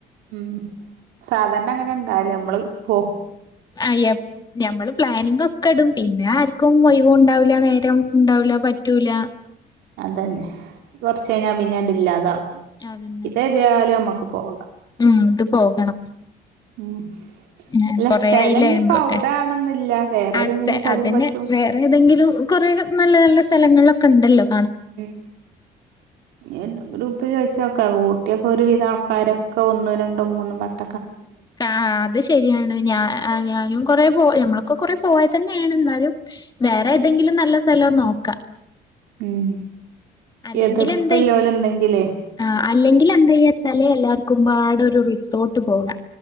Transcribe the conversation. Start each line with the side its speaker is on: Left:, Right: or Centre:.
Right: ഉം സാധാരണ അങ്ങനെ ഇണ്ടാവില്ലേ നമ്മള് പോ
Left: ആ <unintelligible> ഞമ്മളും പ്ലാനിങ്ങൊക്കെ ഇടും, പിന്നെ ആരിക്കും ഒയിവും ഉണ്ടാവില്ല നേര രോം ഉണ്ടാവൂല പറ്റൂല
Right: അതന്നെ കൊറച്ച് കഴിഞ്ഞാ പിന്നാണ്ട് ഇല്ലാതാക്കും
Left: അതന്നെ
Right: ഇതേതാലും നമ്മക്ക് ഇപ്പോൾ
Left: ഉം ഇത് പോകണം
Right: ഉം
Left: ആഹ്
Right: അല്ല
Left: കൊറെ
Right: സ്ഥലം
Left: ആയില്ലേ
Right: ഇഞ്ഞിപ്പോ
Left: നമ്മളൊക്കെ
Right: അവിടാണെന്നില്ല വേറെ
Left: അ
Right: ഏതെങ്കിലും
Left: സ്റ്റ
Right: സ്ഥലം
Left: അതെന്നെ
Right: പറ്റും
Left: വേറെ ഏതെങ്കിലും കൊറെ നല്ല നല്ല സ് സ്ഥലങ്ങളിലൊക്കെ ഇണ്ടല്ലോ
Right: ഉം ഇൻ ഗ്രൂപ്പ് ചോയിച്ചോക്ക് ക്കാ ഊട്ടിയൊക്കെ ഒരുവിധ ആൾക്കാരൊക്കെ ഒന്നും രണ്ടോ മൂന്നും വട്ട
Left: <unintelligible> അത് ശരിയാണ് ഞാ ആഹ് ഞാനും കൊറെ പോ ഞമ്മളക്ക കൊറെ പോയത് തന്നെയാണ് എന്നാലും വേറെ ഏതെങ്കിലും നല്ല സ്ഥലവു നോക്ക
Right: ഉം
Left: അല്ലെങ്കിൽ
Right: എതിർപ്പില്ലോല്ണ്ടെങ്കിലേ
Left: എന്ത ആ അല്ലെങ്കിൽ എന്താ വച്ചാലേ എല്ലാവർക്കും കുംപാട ഒരു റിസോർട്ട് പോക